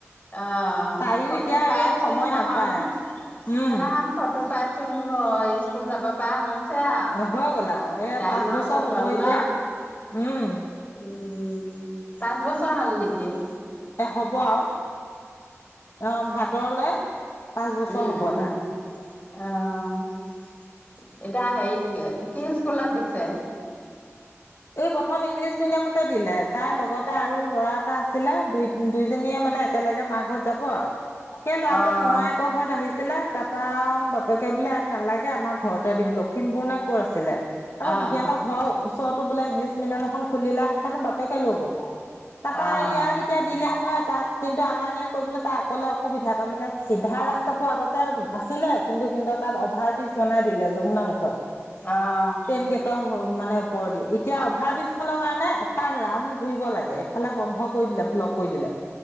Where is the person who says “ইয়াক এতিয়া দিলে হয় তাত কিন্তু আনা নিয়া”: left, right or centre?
Left